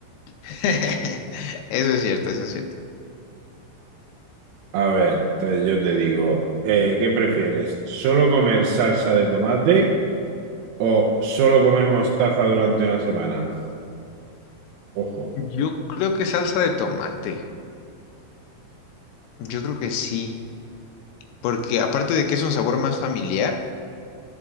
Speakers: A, on the left; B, on the right.
A: <laughs> Eso es cierto, eso es cierto.
B: A ver, te- yo te digo, eh, ¿qué prefieres? ¿Solo comer salsa de tomate o solo comer mostaza durante una semana? Ojo.
A: Yo creo que salsa de tomate. Yo creo que sí. Porque aparte de que es un sabor más familiar,